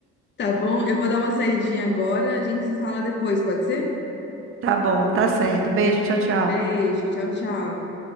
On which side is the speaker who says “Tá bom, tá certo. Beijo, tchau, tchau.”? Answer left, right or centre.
Right